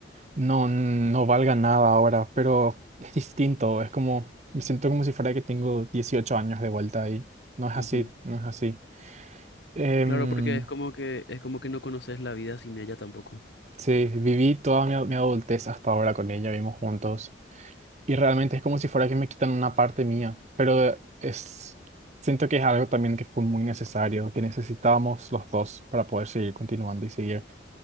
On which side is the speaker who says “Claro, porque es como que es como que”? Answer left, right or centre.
Left